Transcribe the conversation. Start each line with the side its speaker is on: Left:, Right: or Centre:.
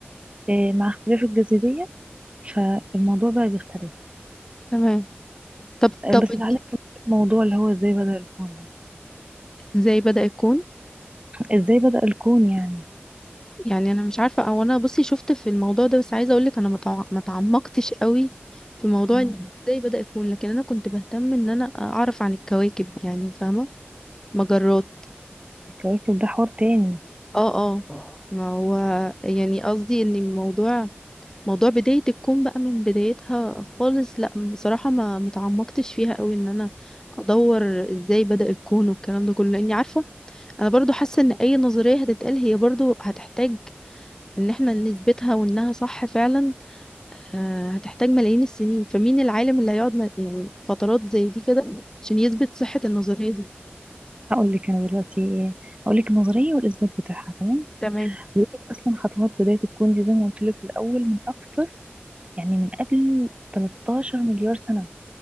Right: آه، مع اختلاف الجاذبيه فالموضوع بقى بيختلف
Left: تمام طب
Right: آه،
Left: طب
Right: بس
Left: انتي
Right: تعالى نكمل الموضوع اللي هو ازاي بدأ الكون ده
Left: ازاي بدأ يكون
Right: ازاي بدأ الكون يعني
Left: يعني انا مش عارفه او انا بصي شفت في الموضوع ده بس عايزه اقول لك انا ما تع- ما تعمقتش قوي في موضوع
Right: مم.
Left: ان ازاي بدأ يكون لكن انا كنت بهتم ان انا اعرف عن الكواكب يعني فاهمه مجرات
Right: الكواكب ده حوار تاني
Left: اه اه ما هو يعني قصدي ان الموضوع موضوع بدايه الكون بقى من بدايتها خالص لا بصراحه ما ما تعمقتش فيها قوي ان انا ادور ازاي بدأ الكون والكلام ده كله لاني عارفه انا برضو حاسه ان اي نظريه هتتقال هي برضو هتحتاج ان احنا نثبتها وانها صح فعلا آه، هتحتاج ملايين السنين فمين العالم اللي هيقعد م- يعني فترات زي دي كده عشان يثبت صحة النظرية دي
Right: هقول لك <clears throat> انا دلوقتي إيه. هقول لك النظريه والاثبات بتاعها تمام
Left: تمام
Right: بيقول لك اصلا خطوات بدايه الكون دي زي ما قلت لك في الاول من اكتر يعني من قبل 13 مليار سنه مليار سنه